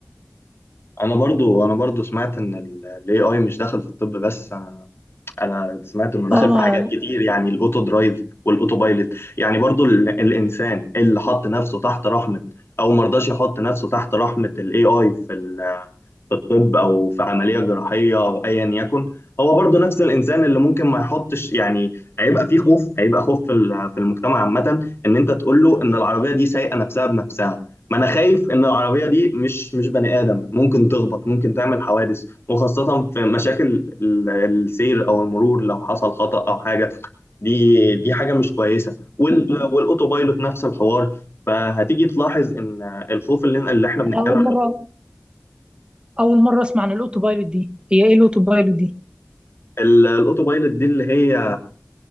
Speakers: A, on the left; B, on the right.
A: انا برضو انا برضو سمعت ان الاي اي مش داخل في الطب بس انا انا سمعت انه داخل
B: اه ما
A: في حاجات
B: أنا
A: كتير يعني الاوتو درايف والاوتو بايلوت يعني برضو ال... الانسان اللي حط نفسه تحت رحمة او مرضاش يحط نفسه تحت رحمة الاي اي في ال... في الطب او في عمليه جراحيه او ايا يكن هو برضه نفس الانسان اللي ممكن ما يحطش يعني هيبقى فيه خوف هيبقى خوف في ال- في المجتمع عامه ان انت تقول له ان العربيه دي سايقه نفسها بنفسها ما انا خايف ان العربيه دي مش مش بني ادم ممكن تخبط ممكن تعمل حوادث وخاصه في مشاكل ال- السير او المرور لو حصل خطا او حاجه دي دي حاجه مش كويسه وال- والاوتوبايلوت نفس الحوار فهتيجي تلاحظ ان الخوف اللي اللي احنا بنتكلم
B: اول مره اول مره اسمع عن الاوتو بايلوت دي هي ايه الاوتو بايلوت دي
A: ال- الاوتو بايلوت دي اللي هي